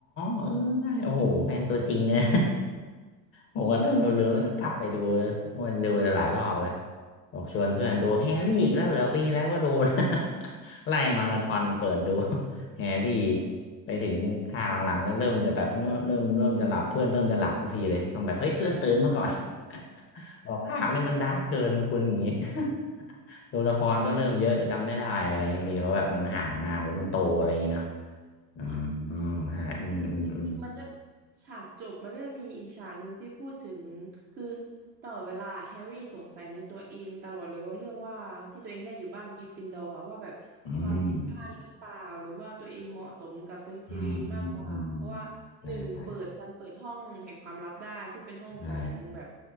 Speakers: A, on the left (about 25°); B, on the right (about 25°).
A: เออใช่โอ้โหแฟนตัวจริงเลย ผมก็เริ่มเร็วๆแล้วกลับไปดูต้องไปดูหลายรอบแล้วบอกชวนเพื่อนดูแฮร์รี่อีกแล้วเหรอปีแล้วก็ดูนะ
B: อืม
A: <laughs> ไล่มาราธอนเปิดดูแฮร์รี่ไปถึงภาคหลังๆแล้วเริ่มจะแบบเออเริ่มเริ่มจะหลับเพื่อนเริ่มจะหลับทุกทีเลยต้องแบบเฮ้ยเพื่อนตื่นมาก่อน <laughs> บอกภาคเนี่ยมันดาร์กเกินคุณอย่างนี้ <laughs> ตัวละครก็เริ่มเยอะจำไม่ได้อะไรอย่างเงี้ยบางทีเขาแบบมันห่างนานหรือมันโตอะไรอย่างเงี้ยเนาะ
B: <laughs>
A: อืมอืมใช่อืมอืมอืม
B: ค่ะ จริงๆมันจะฉากจบมันก็จะมีอีกฉากหนึ่งที่พูดถึงคือตลอดเวลาแฮร์รี่สงสัยในตัวเองตลอดเลยว่าเรื่องว่าที่ตัวเองได้อยู่บ้านกริฟฟินดอร์อะว่าแบบความผิดพลาดหรือเปล่าหรือว่าตัวเองเหมาะสมกับสลิธีรินมากกว่าเพราะว่าหนึ่งเปิดดันเปิดห้องแห่งความลับได้ซึ่งเป็นห้องของแบบ
A: อืมอืมอืมอืมใช่ใช่ใช่